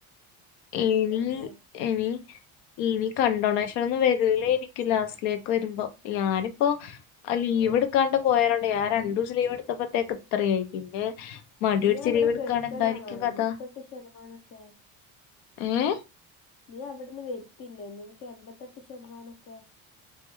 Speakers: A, on the left; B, on the left.
A: ഇനി
B: എന്താ ചെയ്യാ
A: ഇനി ഇനി കൺണ്ടൊണേഷനൊന്നും വരൂലേ ര്ക്കും ലാസ്റ്റിലേക്ക് വരുമ്പോ ഞാനിപ്പോ ആ ലീവ് എടുക്കാണ്ട് പോയതോണ്ടയ് ഞാ രണ്ടൂസം ലീവെട്ത്തപ്പത്തേക്ക് ഇത്രയായി പിന്നെ മടി
B: നീ
A: പിടിച്ച്
B: അവടെ
A: ലീവ് എടുക്കാണ്ട്
B: കെട്ക്കലാണോ
A: എന്തായിരിക്കും കഥ
B: എൺപത്തെട്ട് ശതമാനൊക്കെ
A: ഏഹ്?
B: നീ അവിട്ന്ന് വര്ത്തില്ലേ നിൻക്ക് എൺമ്പത്തെട്ട് ശതമാനൊക്കെ